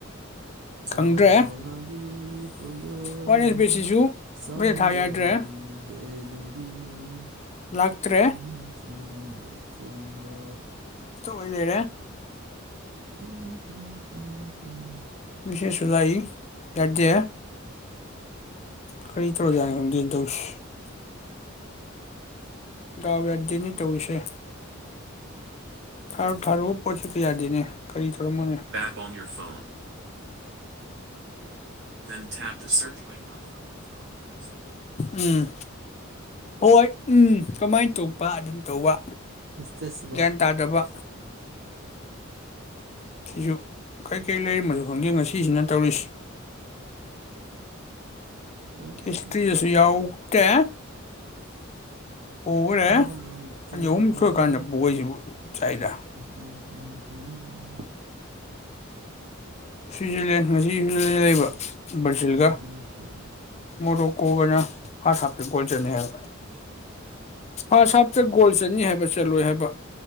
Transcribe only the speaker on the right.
<unintelligible>
ꯆꯥꯃꯥꯗꯒꯤ
ꯍꯦꯜꯂꯤꯕꯤ <unintelligible>
ꯃꯥꯏꯊꯣꯡꯗ
<unintelligible>
<unintelligible> <unintelligible>
ꯏꯁꯇꯁꯤꯕ
ꯎꯝ
ꯔꯥꯟꯕ ꯀꯌꯥ
ꯎꯝ ꯎꯝ ꯎꯝ ꯍꯝ
ꯂꯥꯛꯂꯔꯣꯏ